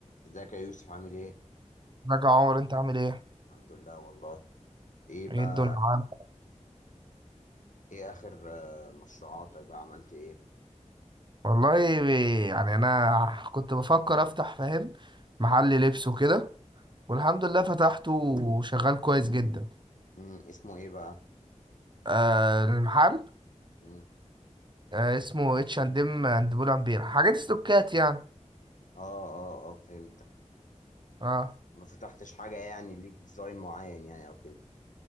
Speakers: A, on the left; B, on the right.
A: ازيك يا يوسف عامل ايه؟
B: ازيك يا عمر انت عامل ايه؟
A: الحمد لله والله ايه
B: ايه
A: بقى
B: الدنيا معاك؟
A: ايه اخر آه، مشروعاتك بقى عملت ايه؟
B: والله يعني انا كنت بفكر افتح فاهم محل لبس وكده والحمد لله فتحته وشغال كويس جدا
A: مم. اسمه ايه بقى؟
B: آه المحل
A: مم.
B: آه اسمه اتش اند ام اند بول امبير حاجات استوكات يعني
A: اه اه اه فهمتك
B: اه
A: ما فتحتش حاجة يعني ليك ديزاين معين يعني او كده